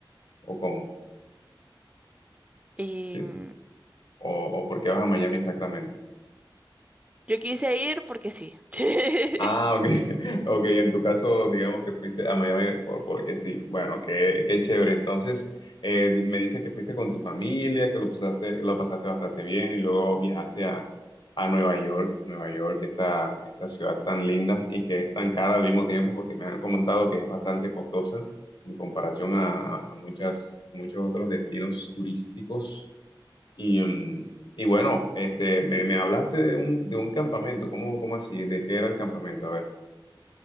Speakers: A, on the left; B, on the right.
A: o cómo?
B: Y
A: Sí,
B: mm,
A: sí. ¿O, o por qué vas a Miami exactamente?
B: yo quise ir porque sí. <laughs>
A: Ah, ok. <laughs> Ok, en tu caso, digamos que fuiste a Miami por, porque sí. Bueno, qué, qué chévere. Entonces, eh, me dices que fuiste con tu familia, que lo pasaste, lo pasaste bastante bien y luego viajaste a, a Nueva York. Nueva York, esta, esta ciudad tan linda y que es tan cara al mismo tiempo porque me han comentado que es bastante costosa en comparación a, a muchas, muchos otros destinos turísticos. Y, mm, y bueno, este, me, me hablaste de un, de un campamento. ¿Cómo, cómo así? ¿De qué era el campamento? A ver.